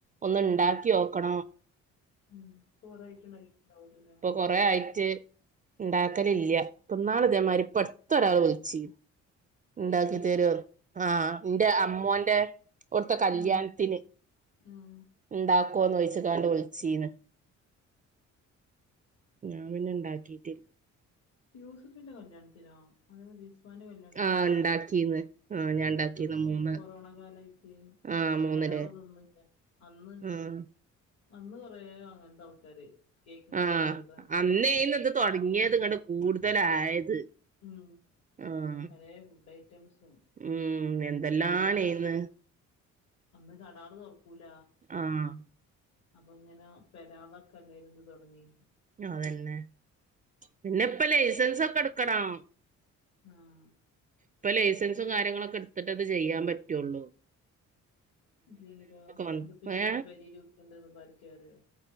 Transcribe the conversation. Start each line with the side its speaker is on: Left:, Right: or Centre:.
Right: ഒന്ന് ഇണ്ടാക്ക്യോക്കണം.
Left: ഉം ഇപ്പ കൊറേയിട്ട് ഇണ്ടാക്കീട്ട്ണ്ടാവുലല്ലേ
Right: കൊറെ ആയിറ്റ് ഇണ്ടാക്കല് ഇല്ല്യ ഇപ്പന്നാള് ഇതേമാരി ഇപ്പട്ത്തൊരാള് വിളിച്ച് ഇണ്ടാക്കി
Left: കേക്ക് വെച്ച്ങ്ങാണ്ട്
Right: തെരോ ആഹ് ഇന്റെ അമ്മോന്റെ ട്ത്തെ കല്യാണത്തിന്
Left: ഉം ഉം
Right: ഇണ്ടാക്കോന്നോയിച്ച്ക്കാണ്ട് വിളിച്ചീന്ന്. ഞാൻ പിന്നെ ഇണ്ടാക്കീട്ടി
Left: യൂസ്ഫിന്റെ കല്യാണത്തിനോ അതേ ഏതാ ഓന്റെ കല്യാണത്തിനെന്റെ
Right: ആഹ്
Left: ഇജ്ജ്
Right: ഇണ്ടാക്കീന്ന്
Left: ഇണ്ടാ
Right: ആഹ് ഞാൻ ഇണ്ടാക്കീന്ന്
Left: ആഹ്
Right: മൂന്ന്
Left: കൊറോണ കാലായിട്ട്
Right: ആഹ്
Left: എവ്ടിം
Right: മൂന്നില്
Left: കടേളുതൊന്നുല്ല അന്ന്
Right: ആഹ്
Left: അന്ന് കൊറേ അങ്ങനത്തെ ആൾക്കാര് കേക്കും കച്ചവടം
Right: ആഹ്
Left: ഇതൊക്കെ നടത്തീന്
Right: അന്നേന്നു ഇത് തൊടങ്ങ്യത് ഇങ്ങെട്ട് കൂടുതലായത്.
Left: ഉം
Right: ആഹ്
Left: പലേ ഫുഡ് ഐറ്റംസും
Right: ഉം എന്തെല്ലാണേന്ന്
Left: കേക്കും അന്ന് കടാള് തൊറക്കൂല.
Right: ആഹ്
Left: അപ്പൊ ഇങ്ങനെ പെരാള്ലൊക്കെ എല്ലാരും ഇത് തൊടങ്ങി.
Right: അതെന്നെ പിന്നെപ്പം ലൈസൻസൊക്കെ ഇട്ക്കണം.
Left: ആഹ്
Right: ഇപ്പം ലൈസൻസും കാര്യങ്ങളൊക്കെ ഇട്ത്തിട്ടേ ഇത് ചെയ്യാ പറ്റൊള്ളൂ.
Left: ഇല്ലെങ്കിലോ
Right: വന്നു
Left: ഇത് ഇപ്പെ ഇജ്ജ്ങ്ങനെ
Right: ഏ
Left: പെരേല് വ്ക്ക്ണ്ട്ന്ന് ഇപ്പാര്ക്കെ അറ്യോ